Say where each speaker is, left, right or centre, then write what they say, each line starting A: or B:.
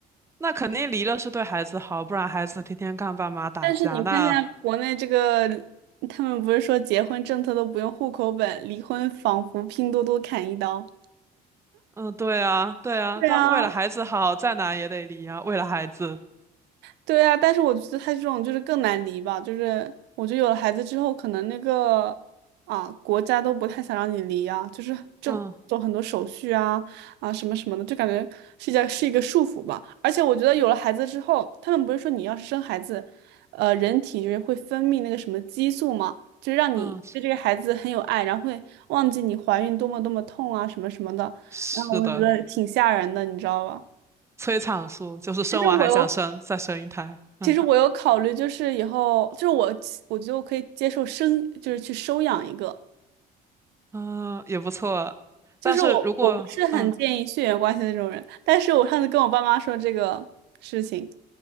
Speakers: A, on the right (about 15°); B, on the right (about 85°).
A: 那肯定离了是对孩子好，不然孩子天天看爸妈打架。
B: 但是你看现在国内这个，
A: 那
B: 他们不是说结婚政策都不用户口本，离婚仿佛拼多多砍一刀。
A: 嗯，对啊，对啊，
B: 对啊，
A: 但为了孩子好，再难也得离啊。为了孩子，
B: 对啊，但是我觉得他这种就是更难离吧，就是我觉得有了孩子之后，可能那个啊国家都不太想让你离啊，就是正走很多手续啊啊什么什么的，
A: 嗯
B: 就感觉是一个是一个束缚吧。而且我觉得有了孩子之后，他们不是说你要是生孩子，呃，人体就是会分泌那个什么激素嘛，就是让你对这个孩子很有爱，
A: 嗯，是
B: 然后会忘记你怀孕多么多么痛啊什么什么的，
A: 是的，
B: 然后我就觉得挺吓人的，你知道吧？
A: 催产素就是生完还想生，
B: 其实我又。
A: 再生一胎。嗯
B: 其实我有考虑，就是以后，就是我其我觉得我可以接受生，就是去收养一个。
A: 嗯，也不错。
B: 就是我，
A: 但是如果嗯
B: 我不是很建议血缘关系的这种人，但是我上次跟我爸妈说这个事情，